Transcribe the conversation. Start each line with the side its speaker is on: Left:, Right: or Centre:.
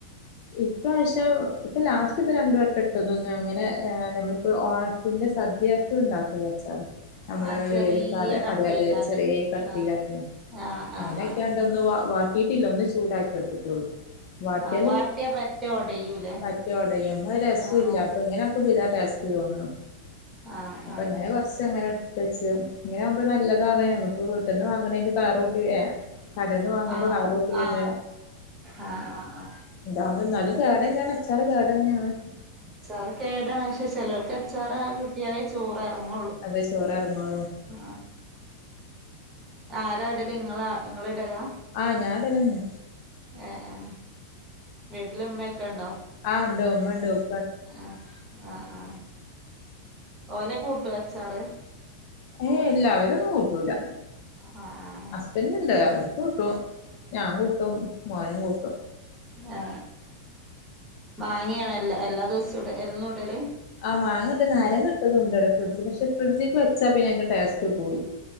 Left: ഇപ്രാവശ്യം ഇപ്പം ലാസ്റ്റ് ഇപ്പം രണ്ട് വട്ടം ഇട്ടത് അങ്ങനെ ഏ നമ്മളിപ്പോ ഓണത്തിന്റെ സദ്യയൊക്കെ ഉണ്ടാക്കൂലെ അച്ചാറ് നമ്മള്
Right: ആഹ് ചെറിയ
Left: വേവിക്കാതെ
Right: കട്ട്
Left: അതെ
Right: ചെയ്താണ്ട്
Left: അതെ ചെറിയ കട്ടിയിലൊക്കെ
Right: ആഹ് ആഹ്
Left: അങ്ങനെയൊക്കെയണ്ടന്ന്
Right: ആഹ് ആഹ്
Left: വാ വാട് തീട്ടില്ല ഒന്ന് ചൂടാക്കി എടുത്തിട്ടൊള്ളൂ.
Right: ആഹ്
Left: ടിയാൽ
Right: വാട്ടിയാ പറ്റെ ഒടയൂലേ
Left: പറ്റെ ഒടയും അത് റിസോല്ല
Right: ആഹ്
Left: അപ്പ ഇങ്ങനെ ആക്കുമ്പം ഇതാ ടേസ്റ്റ് തോന്ന്ണു.
Right: ആഹ്
Left: അപ്പ ഇങ്ങനെ കൊറച്ച് എങ്ങനെ പച്ച ഇങ്ങനാകുമ്പോ നല്ലതാണ് നമ്മ ള് വീട്ട്ന്ന് വാങ്ങണെന്റെ കാറൂട്ടി ഏ കടേന്ന് വാങ്ങുമ്പോ
Right: ആ
Left: കാറൂട്ടി വരുന്ന
Right: ആ ആ ആ ആ
Left: ഇതാവുമ്പം എന്നാലും കേടായി ഞാനച്ചാറ് കേടന്നാണ്.
Right: ച്ചാറ് കേടാണ് പക്ഷേ ചെലോർക് അച് ച്ചാറ് കൂട്ടിയാലേ ചോറ് എ ങ്ങുള്ളു,
Left: അതെ ചോറ് എറങ്ങുള്ളൂ
Right: ആ ആരാ ഇടല്? ഇങ്ങളാ ഇങ്ങള് ഇടലാ?
Left: ആഹ് ഞാൻ ഇടലന്നെ.
Right: ഏ ഏ വീട്ടില് ഉമ്മയൊക്കെ ഒണ്ടോ?
Left: ആ ഇണ്ട്, ഉമ്മ ഇണ്ട് വ്
Right: ആ ആ ആ ഓല കൂട്ടോ അച്ചാറ്?
Left: ഏ ഇല്ല രൊന്നും കൂട്ടൂല
Right: ആഹ് ആഹ്
Left: ഹസ്ബൻറ് ഇണ്ട് അവർ കൂട്ടും ഞാൻ കൂട്ടും മോനും കൂട്ടും
Right: ആ വാങ്ങിയാണ് എല്ലാ എല്ലാ ദിവസവും ഇട എന്നും ഇടല്
Left: ആ മാങ്ങട നാരങ്ങ ഇട്ടതും ഉണ്ടവിടെ ഫ്രിഡ്ജിൽ പക്ഷെ ഫ്രിഡ്ജ്ക്ക് വെച്ചാ പിന്നെ അതിൻ്റെ ടേസ്റ്റ് പോവും